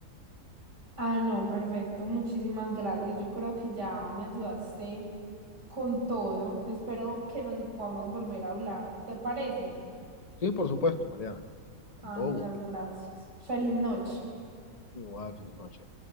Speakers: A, on the right; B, on the left.
A: Ah, no, perfecto. Muchísimas gracias. Yo creo que ya me ayudaste con todo. Espero que nos podamos volver a hablar. ¿Te parece?
B: Sí, por supuesto, Mariana, con
A: Ay,
B: todo
A: muchas
B: gusto.
A: gracias. Feliz noche.
B: Igual, feliz noche.